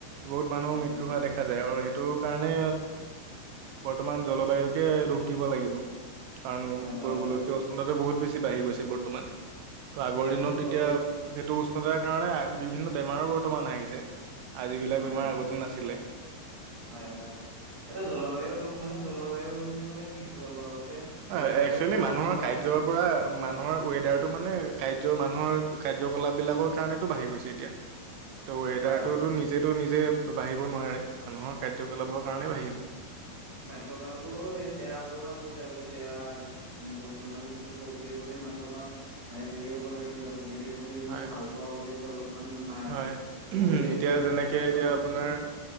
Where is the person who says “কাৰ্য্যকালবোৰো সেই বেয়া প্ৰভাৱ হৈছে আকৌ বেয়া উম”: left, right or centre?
Right